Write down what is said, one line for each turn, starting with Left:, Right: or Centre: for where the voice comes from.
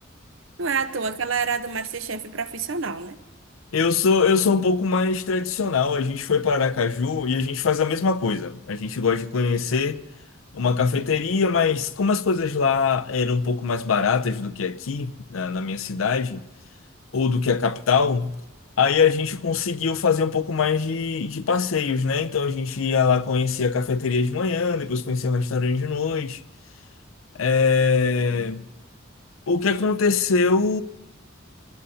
Right: não é à toa que ela era do MasterChef profissional, né?
Left: Eu sou, eu sou um pouco mais tradicional. A gente foi para Aracaju e a gente faz a mesma coisa. A gente gosta de conhecer uma cafeteria, mas como as coisas lá eram um pouco mais baratas do que aqui, na, na minha cidade, ou do que a capital, aí a gente conseguiu fazer um pouco mais de, de passeios, né? Então a gente ia lá conhecer a cafeteria de manhã, depois conhecer o restaurante de noite. É, O que aconteceu?